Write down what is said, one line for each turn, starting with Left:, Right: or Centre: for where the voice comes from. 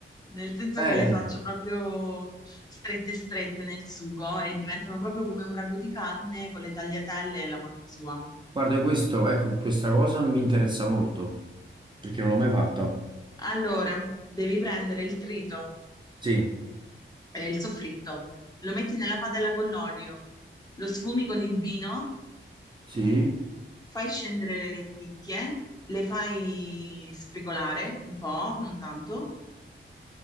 Left: nel senso
Right: Eh,
Left: che le faccio proprio strette strette nel sugo e diventano proprio come un ragù di carne con le tagliatelle e la morte sua.
Right: guarda, questo, ecco, questa cosa mi interessa molto, perché non l'ho mai fatta.
Left: Allora, devi prendere il trito,
Right: Sì,
Left: eh, il soffritto, lo metti nella padella con l'olio, lo sfumi con il vino,
Right: sì,
Left: fai scendere le lenticchie, le fai sfrigolare un po', non tanto,